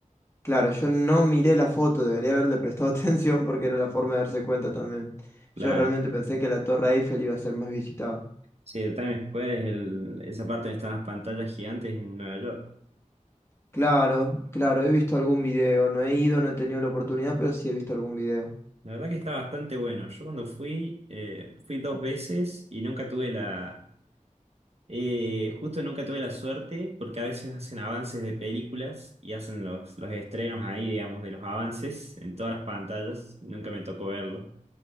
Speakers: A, on the left; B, on the right.
A: Claro, yo no miré la foto, debería haberle prestado <laughs> atención porque era la forma de darse cuenta también.
B: Claro.
A: Yo realmente pensé que la Torre Eiffel iba a ser más visitada.
B: Sí, el Times Square es el- esa parte donde están las pantallas gigantes en Nueva York.
A: Claro, claro, he visto algún video, no he ido, no he tenido la oportunidad, pero sí he visto algún video.
B: La verdad que está bastante bueno. Yo cuando fui, eh, fui dos veces y nunca tuve la... eh, justo nunca tuve la suerte porque a veces hacen avances de películas y hacen los, los estrenos ahí, digamos, de los avances en todas las pantallas. Nunca me tocó verlo.